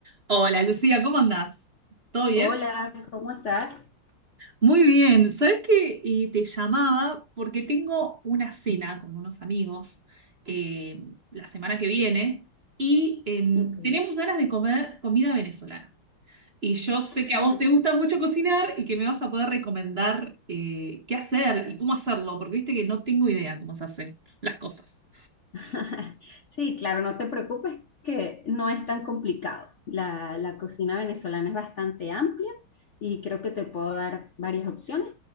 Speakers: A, on the right; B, on the left.
A: Hola Lucía, ¿cómo andás? ¿Todo bien?
B: Hola, ¿cómo estás?
A: Muy bien. ¿Sabés qué? Eh, te llamaba porque tengo una cena con unos amigos eh, la semana que viene y em,
B: Ok,
A: tenemos ganas de comer comida venezolana. Y yo sé que
B: genial.
A: a vos te gusta mucho cocinar y que me vas a poder recomendar eh, qué hacer y cómo hacerlo, porque viste que no tengo idea cómo se hacen las cosas.
B: <laughs> Sí, claro, no te preocupes que no es tan complicado. La, la cocina venezolana es bastante amplia y creo que te puedo dar varias opciones